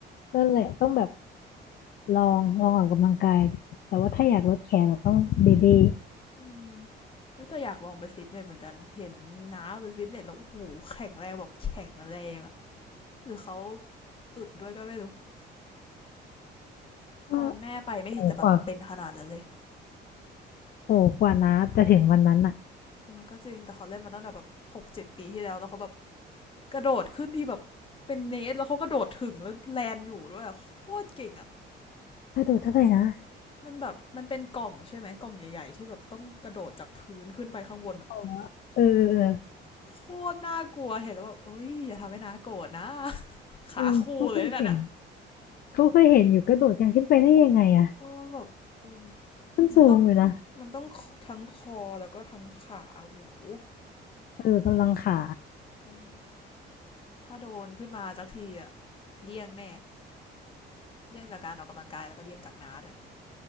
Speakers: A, on the left; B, on the left.
A: นั่นแหละต้องแบบลองลองออกกำลังกายดิแต่ว่าถ้าอยากลดแคลเราต้องเบเบ้
B: อืมวิต่อยากลองไปฟิตเนสเหมือนกันเห็นน้าไปฟิตเนสแล้วโอ้โหแข็งแรงแบบแข็งแรงอ หรือเขาอึดด้วยก็ไม่รู้
A: ก็
B: ตอนแม่ไปไม่เห็นจะแบบเป็นขนาดนั้นเลย
A: โอ้กว่าโอ้กว่านะจะถึงวันนั้นอ่ะ
B: เออก็จริงแต่เขาเล่นมาตั้งแต่แบบหกเจ็ดปีที่แล้วแล้วเขาแบบกระโดดขึ้นที่แบบเป็นเนสแล้วเขากระโดดถึงแล้วแลนอยู่ด้วยโคตรเก่งอะ
A: กระโดดเท่าไหร่นะ
B: มันแบบมันเป็นกล่องใช่ไหมกล่องใหญ่ๆที่แบบต้องกระโดดจากพื้นขึ้นไปข้างบนอะ
A: อ๋อเออเออเออ
B: โคตรน่ากลัวเห็นแล้วแบบเอ้ยอย่าทำให้น้าโกรธนะ <laughs> ขาคู่เลยนั่นอะ
A: อืมเขาเคยเห็นเขาเคยเห็นอยู่กระโดดกันขึ้นไปได้ยังไงอ่ะ
B: เออแบบโอ้ยมันต้อง
A: มันสูงอยู่นะ
B: มันต้องทั้งคอแล้วก็ทั้งขาโอ้โห
A: เออกำลังขา
B: เออ ถ้าโดนขึ้นมาสักทีอะเดี่ยงแน่เดี่ยงจากการออกกำลังกายแล้วก็เดี่ยงจากน้าด้วย